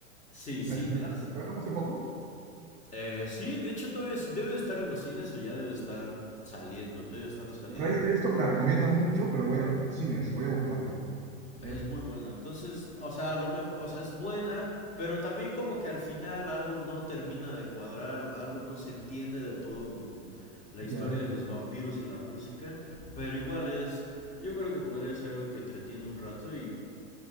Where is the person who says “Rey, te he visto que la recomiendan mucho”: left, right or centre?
Right